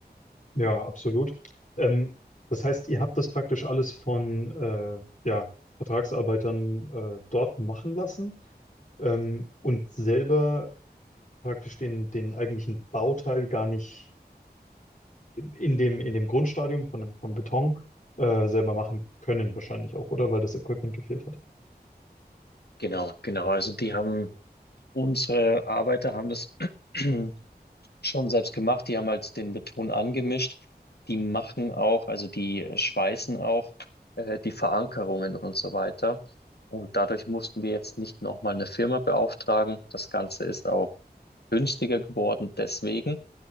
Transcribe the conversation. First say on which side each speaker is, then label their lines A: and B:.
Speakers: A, on the left; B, on the left.
A: Ja, absolut. Ähm, das heißt, ihr habt das praktisch alles von äh, ja, Vertragsarbeitern äh, dort machen lassen ähm, und selber praktisch den, den eigentlichen Bauteil gar nicht in dem, in dem Grundstadium von dem, vom Beton äh, selber machen können, wahrscheinlich auch, oder? Weil das Equipment gefehlt hat.
B: Genau, genau. Also die haben, unsere Arbeiter haben das <clears throat> schon selbst gemacht. Die haben halt den Beton angemischt. Die machen auch, also die schweißen auch äh, die Verankerungen und so weiter. Und dadurch mussten wir jetzt nicht nochmal eine Firma beauftragen. Das Ganze ist auch günstiger geworden deswegen.